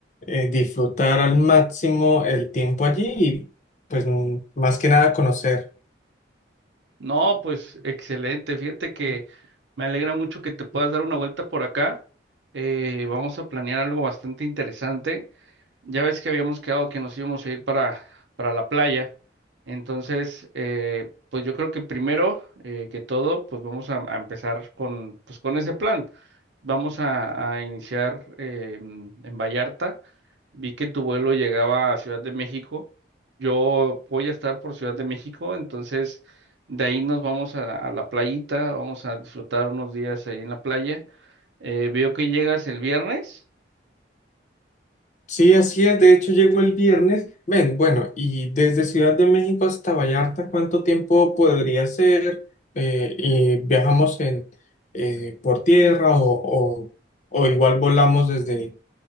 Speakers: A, on the left; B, on the right.
A: eh, disfrutar al máximo el tiempo allí y pues mm, más que nada conocer.
B: No, pues excelente. Fíjate que me alegra mucho que te puedas dar una vuelta por acá. Eh, vamos a planear algo bastante interesante. Ya ves que habíamos quedado que nos íbamos a ir para, para la playa. Entonces, eh, pues yo creo que primero eh, que todo, pues vamos a, a empezar con, pues con ese plan. Vamos a, a iniciar eh, en en Vallarta. Vi que tu vuelo llegaba a Ciudad de México. Yo voy a estar por Ciudad de México, entonces de ahí nos vamos a, a la playita, vamos a disfrutar unos días ahí en la playa. Eh, veo que llegas el viernes.
A: Sí, así es. De hecho, llegó el viernes. Ven, bueno, y desde Ciudad de México hasta Vallarta, ¿cuánto tiempo podría ser? Eh, y viajamos en, eh, por tierra o, o, o igual volamos desde,